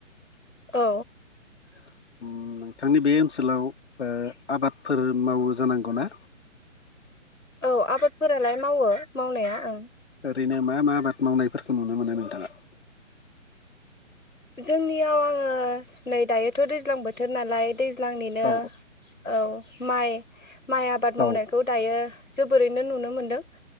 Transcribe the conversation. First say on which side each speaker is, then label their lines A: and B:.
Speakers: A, on the left; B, on the left.
A: औ
B: <unintelligible> नोंथांनि बे ओनसोलाव ओ आबादफोर मावो जानांगौ ना
A: औ आबादफोरालाय मावो मावनाया ओं
B: ओरैनो मा मा आबाद मावनायफोरखौ नुनो मोनो नोंथाङा
A: जोंनियाव आङो नै दायोथ' दैज्लां बोथोर नालाय दैज्लांनिनो
B: औ
A: औ माइ माइ आबाद मावनायखौ
B: औ
A: दायो जोबोरैनो नुनो मोनदों